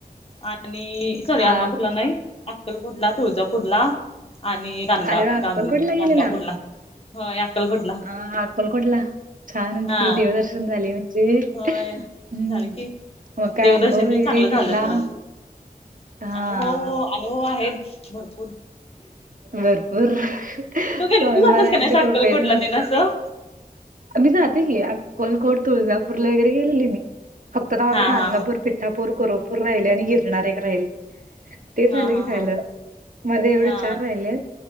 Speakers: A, on the left; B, on the right.
A: आणि सॉरी
B: हा
A: आदमापुरला नाही. अक्कलकोटला, तुळजापूरला आणि गाणगा
B: अरे वा अक्कलकोटला
A: गांगण गाणगापूरला
B: गेलेला?
A: होय अक्कलकोटला
B: अ अकलकोटला छानच
A: हा
B: कि देवदर्शन झाले. <unintelligible>
A: होय
B: हम्म,
A: झालं की
B: मग काय
A: देवदर्शन
B: अनुभव
A: पण
B: वगैरे
A: चांगलं
B: आहे तिथला?
A: झालं खरं
B: हा
A: अनुभव, अनुभव आहेच भरपूर.
B: भरपूर स्वामी
A: तू गेल तू
B: महाराजांच्या
A: जातस का नाही अक्कलकोटला
B: कृपेने.
A: तेन असं
B: मी जाते की, अक्कलकोट, तुळजापूरला वगैरे गेलेली मी. फक्त आता माझं
A: हा
B: गानगापूर,
A: हा हा
B: पिठापूर, कोरपूर राहिलय आणि गिरणार एक राहिलय. ते झालं
A: हा हा
B: की झालं
A: हा
B: माझे एवढे
A: हा
B: चार राहिले.